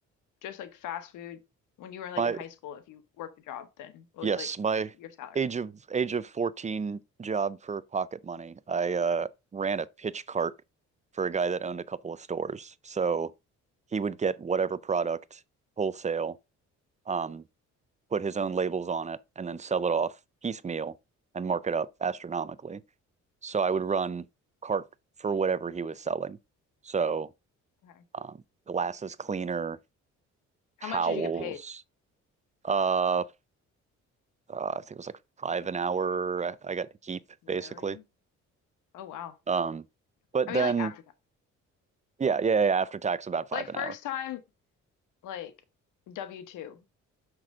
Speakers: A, on the left; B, on the right.
A: just like fast food when you were like
B: My
A: in high school if you worked a job then what
B: Yes,
A: was like
B: my
A: your salary
B: age of age of 14 job for pocket money. I uh, ran a pitch cart for a guy that owned a couple of stores. So he would get whatever product wholesale, um, put his own labels on it, and then sell it off piecemeal and mark it up astronomically. So I would run cart for whatever he was selling. So
A: okay
B: um, glasses cleaner,
A: how
B: towels,
A: much did you get paid
B: uh, uh, I think it was like five an hour I, I got to keep
A: Really?
B: basically.
A: oh wow
B: Um, but
A: i
B: then
A: mean like after tax
B: yeah, yeah, yeah, after tax about five
A: like
B: an
A: first
B: hour.
A: time like w2